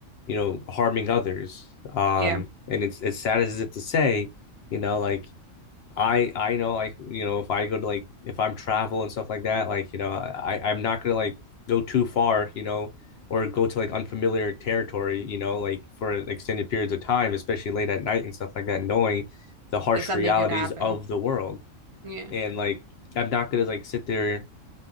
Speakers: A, on the left; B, on the right.
A: you know, harming others. Um,
B: Yeah,
A: and it's as sad as it is to say, you know, like I I know like you know if I go to like if I'm travel and stuff like that like you know I I'm not gonna like go too far you know or go to like unfamiliar territory you know like for extended periods of time especially late at night and stuff like that knowing the harsh
B: that something
A: realities
B: could happen.
A: of the world
B: Yeah,
A: and like I'm not gonna like sit there